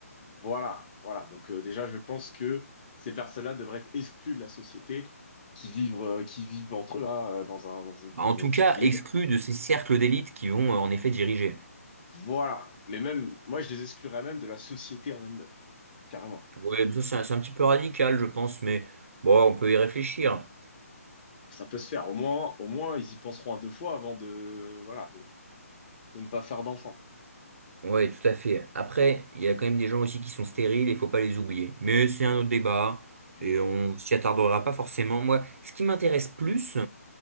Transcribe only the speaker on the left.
voilà, voilà. Donc euh, déjà, je pense que ces personnes-là devraient être exclues de la société, qui vivent, euh, qui vivent entre eux là, euh, dans un, dans une,
dans
une
petite
ville.
Voilà. Mais même, moi, je les exclurais même de la société en elle-même. carrément.
Ça peut se faire. Au moins, au moins, ils y penseront à deux fois avant de, voilà, de, de ne pas faire d'enfant.
Oui,